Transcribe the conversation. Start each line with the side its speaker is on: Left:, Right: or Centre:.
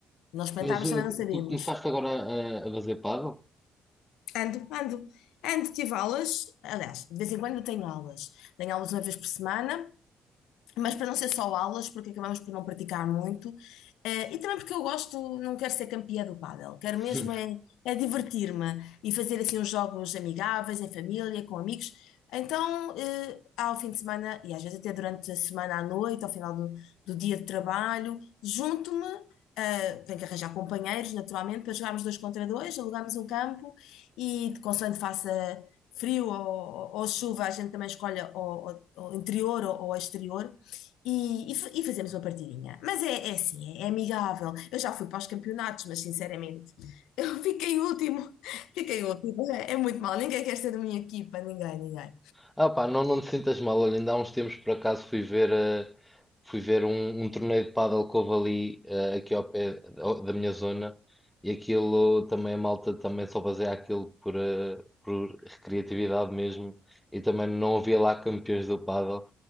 Left: não experimentarmos
Centre: Mas
Left: também
Centre: eh,
Left: não sabemos.
Centre: tu começaste agora a, a fazer paddle?
Left: Ando, ando, ando, tive aulas, aliás, de vez em quando eu tenho aulas. Tenho aulas uma vez por semana, mas para não ser só aulas, porque acabamos por não praticar muito, eh, e também porque eu gosto, não quero ser campeã do pádel, quero
Centre: <laughs>
Left: mesmo é, é divertir-me e fazer assim uns jogos amigáveis, em família, com amigos. Então, eh, ao fim de semana, e às vezes até durante a semana à noite, ao final do, do dia de trabalho, junto-me, eh, tenho que arranjar companheiros, naturalmente, para jogarmos dois contra dois, alugamos um campo e, consoante faça frio ou, ou- ou chuva, a gente também escolhe o, o- o interior ou, ou exterior. E, e fa- e fazemos uma partidinha. Mas é, é assim, é, é amigável. Eu já fui para os campeonatos, mas sinceramente, eu <laughs> fiquei último. Fiquei último. É, é muito mal. Ninguém quer ser da minha equipa, ninguém, ninguém.
Centre: Ah pá, não, não te sintas mal. Olha, Ainda há uns tempos por acaso fui ver, eh, fui ver um, um torneio de paddle que houve ali, eh, aqui ao pé da da minha zona e aquilo também a malta também só fazia aquilo por, eh, por recreatividade mesmo e também não havia lá campeões do paddle.